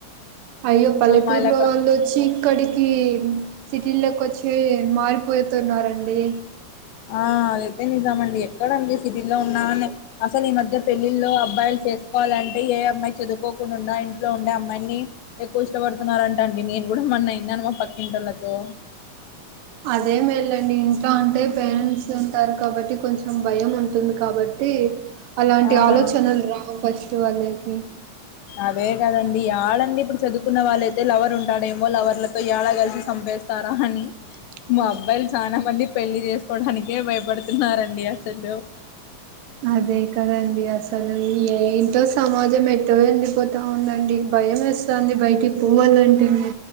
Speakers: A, on the right; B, on the left.
A: అయ్యో పల్లెటూరులో
B: అమ్మాయిలక
A: వాళ్ళు వచ్చి ఇక్కడికి సిటీల్లోకి ఒచ్చి మారిపోయి తున్నారండి
B: ఆ ఏదైతే నిజం అండి ఎక్కడండి సిటీ లో ఉన్నాని అసలు ఈ మధ్య పెళ్ళిళ్ల్లో అబ్బాయిలు చేసుకోవాలంటే ఏ అమ్మాయి చదువుకోకుండా ఇంట్లో ఉండే అమ్మాయిని ఎక్కువ ఇష్టపడుతున్నారంట అండి నేను గూడా మొన్న ఇన్నాను మా పక్కింటోలతో
A: అదే మేల్ళండి ఇంస్టా ఉంటే పేరెంట్స్ ఉంతారు కాబట్టి కొంచెం భయం ఉంటుంది కాబట్టి అలాంటి
B: ఆ
A: ఆలోచనలు
B: ఆ
A: రా ఒ ఫస్ట్ వాల్లకి
B: అదే కదండి యడండీ ఇప్పుడు చదువుకున్న వాళ్ళైతే లవర్ ఉంటాడేమో లవర్లతో యడా కలిసి సంపేస్త స్తారాహని
A: <unintelligible>
B: మా అబ్బాయిలు చాలా మంది పెళ్లి చేసుకోవడానికే భయపడుతున్నడి అసలు
A: అదే కదండి అసలు ఏఐ తో సమాజం ఎట్ట వెండిపోతా ఉందండి భయమేస్తంది బయటికి పోవాలంటెనే